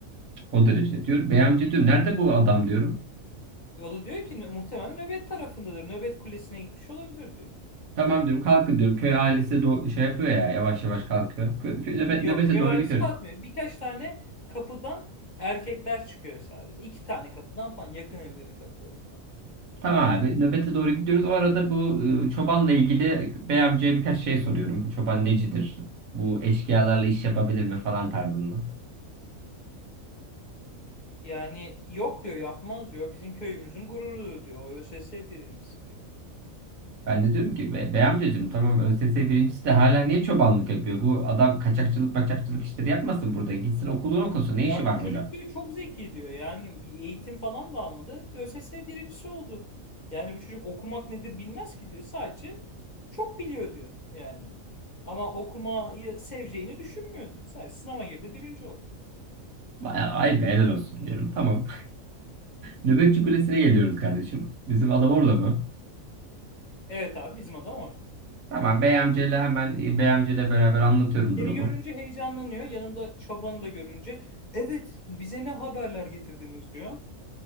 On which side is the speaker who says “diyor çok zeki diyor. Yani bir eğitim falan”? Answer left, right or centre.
Left